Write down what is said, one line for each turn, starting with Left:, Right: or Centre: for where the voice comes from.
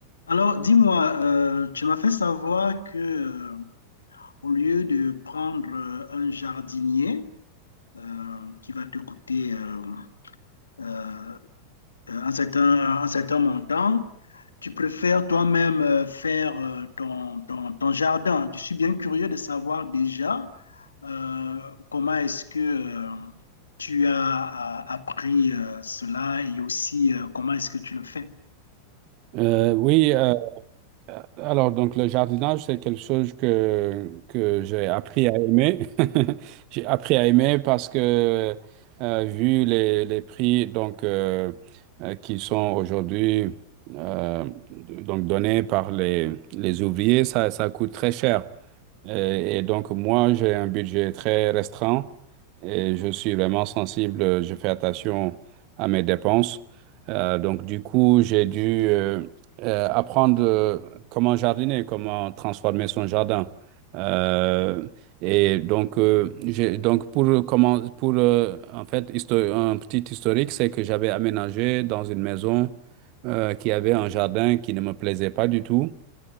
Left: Alors, dis-moi, euh, tu m'as fait savoir que, euh, au lieu de prendre euh, un jardinier euh, qui va te coûter euh, euh, un certain, un certain montant, tu préfères toi-même euh, faire euh, ton, ton, ton jardin. Je suis bien curieux de savoir déjà euh, comment est-ce que euh, tu as euh, appris euh, cela et aussi euh, comment est-ce que tu le fais.
Right: Euh, oui, euh, alors donc le jardinage, c'est quelque chose que, que j'ai appris à aimer. <laughs> J'ai appris à aimer parce que euh, vu les, les prix donc, euh, euh, qui sont aujourd'hui euh, donc donnés par les, les ouvriers, ça, ça coûte très cher. Et, et donc, moi, j'ai un budget très restreint et je suis vraiment sensible. Je fais attention à mes dépenses. Euh, donc, du coup, j'ai dû euh, euh, apprendre euh, comment jardiner, comment transformer son jardin. Euh, et donc, euh, j'ai, donc pour euh, comment, pour euh, en fait, histo- un petit historique, c'est que j'avais aménagé dans une maison euh, qui avait un jardin qui ne me plaisait pas du tout